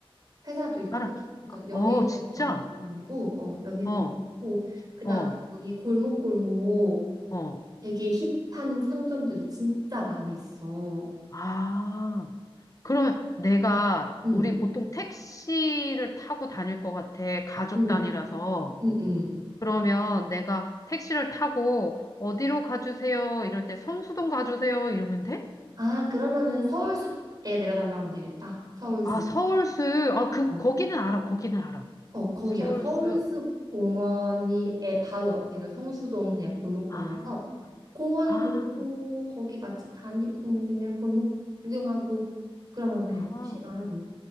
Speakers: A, on the right; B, on the left.
A: 회사도 있고
B: 알아.
A: 그래서 연예인들도
B: 어, 진짜?
A: 많이 다니고 어 연예인도
B: 어,
A: 많고 그다음
B: 어.
A: 여기 골목골목
B: 어.
A: 되게 힙한 상점들이 진짜 많이 있어.
B: 아, 그러면 내가
A: 응
B: 우리 보통 택시를 타고 다닐 것 같아. 가족
A: 응
B: 단위라서.
A: 응 응
B: 그러면 내가 택시를 타고 어디로 가주세요? 이럴 때 성수동 가주세요? 이러면 돼?
A: 아 그러면은 서울숲에 내려달라고 하면 되겠다. 서울숲.
B: 아, 서울수. 아, 그,
A: 어.
B: 거기는 알아. 거기는 알아.
A: 어, 거기야.
B: 서울수.
A: 서울숲공원이 에 바로 옆에가 성수동 그냥 골목거리라서
B: 아,
A: 공원
B: 아,
A: 돌고 거기 맛집 다니고 뭐 그냥 골목 구경하고 그러면 그냥
B: 아.
A: 끝이야 하루.